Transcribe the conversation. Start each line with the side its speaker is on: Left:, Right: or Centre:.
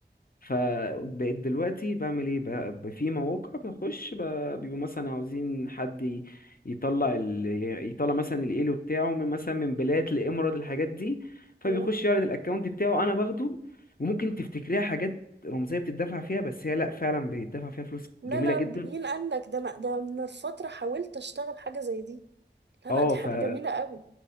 Left: فبقيت دلوقتي بعمل ايه بقى ب- في مواقع بخش ب- بيبقوا مثلا عاوزين حد ي- يطلع ال... يطلع مثلا الايلو بتاعه من مثلا من بلاد لامارات الحاجات دي فبيخش
Right: مم.
Left: يعرض الاكونت بتاعه انا باخده وممكن تفتكريها حاجات رمزيه بتدفع فيها بس هي لا فعلا بيدفع فيها فلوس
Right: لا
Left: جميله
Right: لا
Left: جدا
Right: ب- مين قال لك ده انا ده من فترة حاولت اشتغل حاجة زي دي لا
Left: اه
Right: لا دي حاجة جميلة قوي